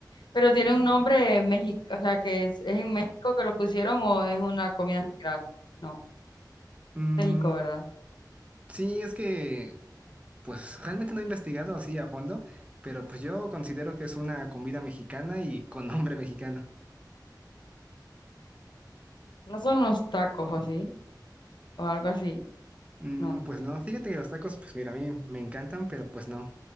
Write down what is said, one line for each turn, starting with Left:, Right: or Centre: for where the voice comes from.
Left: Pero tiene un nombre mexicano, o sea, que es, es en México que lo pusieron o es una comida general. No,
Right: Mm,
Left: México, ¿verdad?
Right: sí, es que pues realmente no he investigado así a fondo, pero pues yo considero que es una comida mexicana y con nombre mexicano.
Left: No son los tacos o así, o algo así.
Right: Mm,
Left: No.
Right: pues no, fíjate que los tacos, pues mira, a mí me encantan, pero pues no,